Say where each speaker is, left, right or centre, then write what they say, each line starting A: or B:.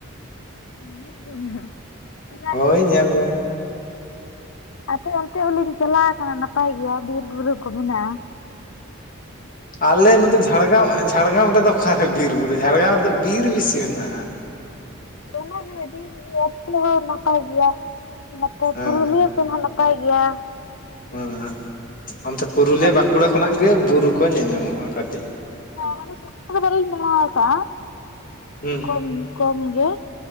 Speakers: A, on the left (about 70°); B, on the left (about 40°).
A: <unintelligible>
B: ᱦᱳᱭ ᱧᱮᱞ ᱡᱚᱝ
A: ᱟᱯᱮ ᱚᱱᱛᱮ ᱦᱚᱸᱞᱤᱧ ᱪᱟᱞᱟᱣ ᱠᱟᱱᱟ ᱱᱟᱯᱟᱭ ᱜᱮᱭᱟ ᱵᱤᱨ ᱵᱩᱨᱩ ᱠᱚ ᱢᱮᱱᱟᱜᱼᱟ ᱾
B: ᱟᱞᱮ ᱱᱚᱛᱮ ᱡᱷᱟᱲᱜᱨᱟᱢ ᱡᱷᱟᱲᱜᱨᱟᱢ ᱨᱮᱫᱚ ᱚᱠᱟᱨᱮ ᱵᱤᱨ ᱵᱩᱨᱩ ᱡᱷᱟᱲᱜᱨᱟᱢ ᱨᱮᱫᱚ ᱵᱤᱨ ᱵᱮᱥᱤ ᱢᱮᱱᱟᱜᱼᱟ᱾
A: ᱚᱱᱟᱜᱮ ᱵᱤᱨ ᱜᱮᱭᱟ ᱱᱚᱱᱛᱮ ᱦᱚᱸ ᱱᱟᱯᱟᱭ ᱜᱮᱭᱟ ᱱᱟᱛᱮ
B: ᱦᱮᱸ
A: ᱯᱩᱨᱩᱞᱤᱭᱟᱹ ᱥᱮᱱ ᱦᱚᱸ ᱱᱟᱛ ᱱᱟᱯᱟᱭ ᱜᱮᱭᱟ ᱾
B: ᱦᱮᱸ ᱚᱱᱛᱮ ᱯᱩᱨᱩᱞᱤᱭᱟᱹ
A: ᱩᱱᱟᱹᱜ
B: ᱵᱟᱸᱠᱩᱲᱟ
A: ᱫᱚ ᱥᱩᱯᱩᱨ
B: ᱠᱷᱚᱱᱟᱜ ᱜᱮ ᱵᱩᱨᱩ ᱠᱚ ᱧᱮᱞᱧᱟᱢᱚᱜᱼᱟ ᱠᱟᱹᱴᱤᱡ
A: ᱦᱮᱸ ᱥᱳᱠᱛᱚ ᱵᱟᱞᱤᱧ ᱫᱟᱲᱟ ᱟᱠᱟᱜᱼᱟ
B: ᱦᱩᱸ
A: ᱠᱚᱢ ᱠᱚᱢ ᱜᱮ᱾